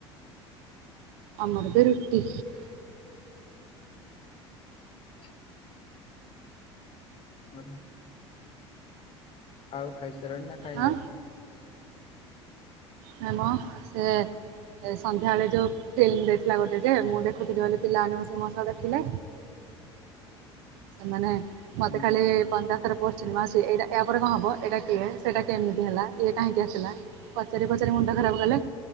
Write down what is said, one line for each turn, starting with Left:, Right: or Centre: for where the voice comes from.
Right: ଆମର ବି ରୁଟି।
Left: <inaudible> ଭଲ। ଆଉ ଖାଇସାଇଲଣି ନା ଖାଇବ?
Right: ଆଁ ନାଇଁ ମ ସେ ଏଁ ସନ୍ଧ୍ୟାବେଳେ ଯୋଉ ଫିଲ୍ମି ଦେଇଥିଲା ଗୋଟେ ଯେ ମୁଁ ଦେଖୁଥିଲି ବୋଲି ପିଲାମାନେ ବସି ମୋ ସହ ଦେଖିଲେ। ସେମାନେ ମତେ
Left: ହୁଁ
Right: ଖାଲି ପନ୍ଦରଥର ପୋସଛନ୍ତି ମାଉସୀ ଏଇଡ଼ା ୟା ପରେ କଁ ହବ ଏଇଡ଼ା କିଏ ସେଟା କେମିତି ହେଲା ଇଏ କାହିଁକି ଆସିଲା ପଚାରି ପଚା ଚାରି ମୁଣ୍ଡ ଖରାପ କଲେ